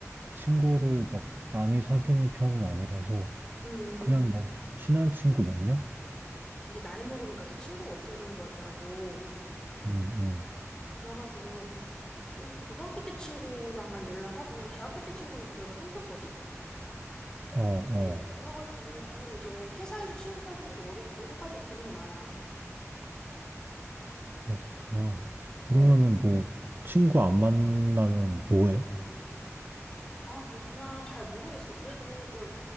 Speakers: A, on the right (about 40°); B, on the left (about 15°).
A: 친구를 막 많이 사귀는 편은 아니라서,
B: 음,
A: 그냥 뭐, 친한 친구 몇 명?
B: 이게 나이 먹으니까 또 친구가 없어지는 것 같더라고.
A: 응 응
B: 그래가지고 좀 고등학교 때 친구랑만 연락하고 대학교 때 친구는 거의 다 끊겼거든?
A: 어, 어,
B: 어, 그래가지고 좀 이제 회사에서 친구 사귀기도 어렵고 해가지고 고민이 많아.
A: 그렇구나. 그러면은
B: 어.
A: 뭐, 친구 안 만나면 뭐 해?
B: 아, 뭐 그냥 잘 모르겠어. 그래도 좀